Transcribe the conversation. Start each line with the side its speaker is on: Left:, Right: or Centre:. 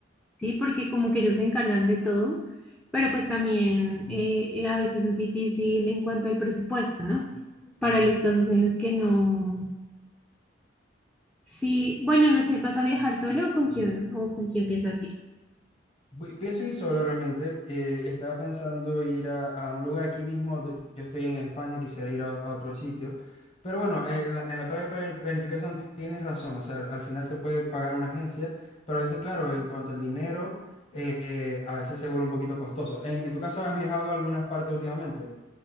Centre: ¿sí? Porque como que ellos se encargan de todo, pero pues también eh, eh, a veces es difícil en cuanto al presupuesto, ¿no? Para los casos en los que no... Sí, bueno, no sé, ¿vas a viajar solo o con quién o con quién piensas ir?
Left: Voy- Pienso ir solo realmente. eh, estaba pensando ir a, a un lugar aquí mismo. do- Yo estoy en España, quisiera ir a, a otro sitio. Pero bueno, eh, la- en la, parte de plan- planificación tienes razón. O sea, al al final se puede pagar una agencia, pero a veces, claro, en cuanto al dinero, eh, eh, a veces se vuelve un poquito costoso. En, en tu caso, ¿has viajado a algunas partes últimamente?